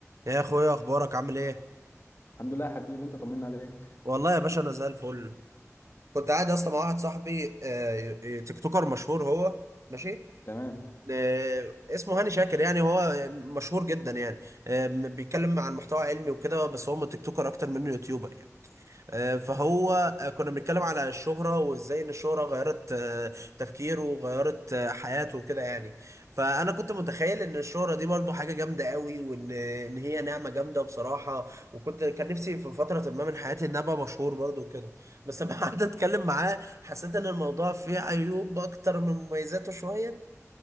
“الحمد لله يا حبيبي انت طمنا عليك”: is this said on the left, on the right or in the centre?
Left